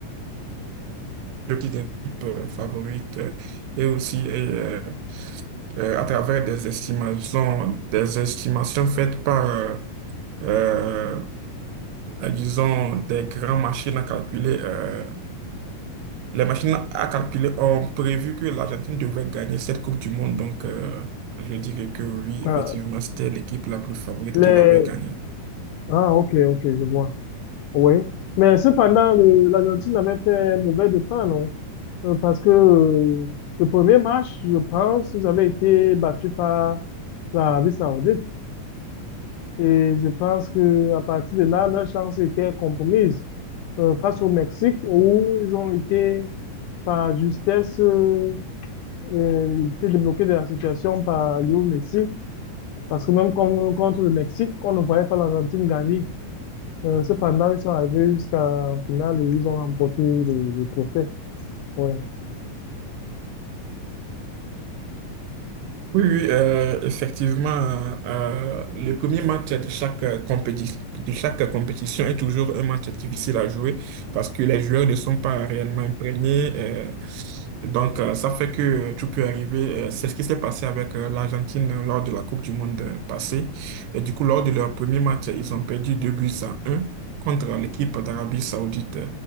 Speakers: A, on the right; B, on the left.
A: petite équipe euh, favorite euh, et aussi euh, euh, à travers des estimations, des estimations faites par euh, euh, euh, disons, des grands machines à calculer. euh, les machines à calculer ont prévu que l'Argentine devait gagner cette Coupe du Monde. Donc, euh, je dirais que oui,
B: Ah,
A: effectivement, c'était l'équipe la plus favorite
B: les...
A: qui l'avait gagnée.
B: ah ok, ok, je vois. Oui. Mais cependant, le- l'Argentine avait fait mauvais départ, non? Euh, Parce que euh, le premier match, je pense, ils avaient été battus par l'Arabie Saoudite. Et je pense que à partir de là, leur chance était compromise euh, face au Mexique, où ils ont été par justesse euh, euh, été débloqués de la situation par Léo Messi. Parce que même comme- contre le Mexique, on ne voyait pas l'Argentine gagner. Euh, cependant, ils sont arrivés jusqu'en finale et ils ont remporté le, le trophée. Ouais.
A: Oui, oui, euh, effectivement, euh, le premier match de chaque euh, compéti- de chaque compétition est toujours un match difficile à jouer parce que les joueurs ne sont pas réellement imprégnés. euh, donc, euh, ça fait que euh, tout peut arriver. Euh, C'est ce qui s'est passé avec euh, l'Argentine lors de la Coupe du Monde euh, passée. Et du coup, lors de leur premier match, ils ont perdu 2 buts à un contre l'équipe d'Arabie Saoudite.